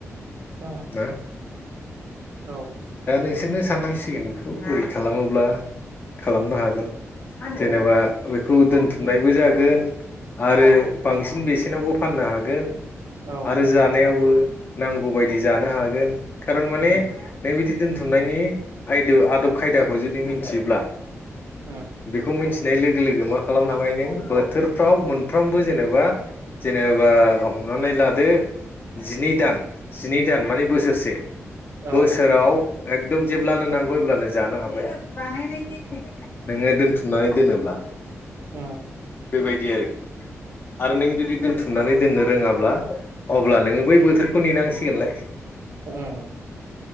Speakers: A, on the right; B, on the left.
A: अह
B: ना
A: औ
B: दा नोंसोरनो सानांसिगोन बेखौ बोरै खालामोब्ला खालामनो हागोन जेनेबा
A: उम
B: खौ दोनथुमनायबो जागोन आरो बांसिन बेसेनावबो फाननो हागोन
A: औ उम औ
B: आरो जानायावबो नांगौबायायदि जानो हागोन खारन माने
A: उम
B: बिदि दोनथुमनायनि आयदो आदब खायदाखौ जुदि मिथियोब्ला
A: उम औ
B: बेखौ मोनथि नै लोगो लोगो मा खालाम हाबायनो बोथोरफ्राव मोनफ्रामबो जेनेबा जेनेबा हमनानै लादो जिनै दान जिनै दान माने बोसोर से
A: उम
B: बोसोर औ एकदम जेब्लानो नांगौ अब्लानो जानो हाबाय <unintelligible> नोङो दोनथुमनानै दोनोब्ला
A: उम
B: बेबायदि आरोखि आरो नों जुदि दोनथुमनानै दोननो रोङाब्ला अब्ला नोङो बै बोथोरखौ नेनांसिगोनलाय
A: उम